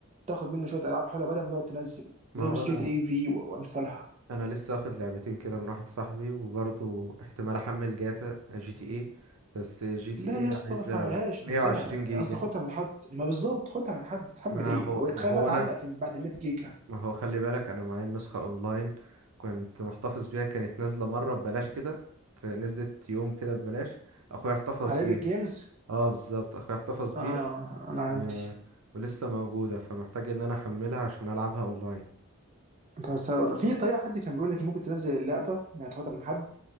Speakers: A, on the right; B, on the right.
A: تاخد منه شويه العاب حلوه بدل ما تقعد تنزل زي
B: ما هو
A: بس
B: انا
A: جي تي اي في و- وامثالها
B: انا لسه اخد لعبتين كده من واحد صاحبي وبرضه احتمال احمل جاتا جي تي اي بس جي تي
A: لا
B: اي
A: يا اسطى
B: عايزه
A: ما تحملهاش
B: 120
A: نزلها
B: جيجا
A: قصدي خدها من حد ما بالظبط خدها من حد تحمل
B: ما
A: ايه
B: هو
A: وتخيل
B: ما هو
A: بقى تعلق
B: انا
A: في بعد 100 جيجا
B: ما هو خلي بالك انا معايا النسخه اونلاين كنت محتفظ بيها كانت نازله مره ببلاش كده فنزلت يوم كده ببلاش اخويا احتفظ
A: على
B: بيها
A: ايبك جيمز
B: اه بالظبط اخويا احتفظ بيها
A: اه انا عندي
B: و... ولسه موجوده فمحتاج ان انا احملها عشان العبها اونلاين
A: انت هتستغرب والله في طريقه حد كان بيقول لك ممكن تنزل اللعبه ما تاخدها من حد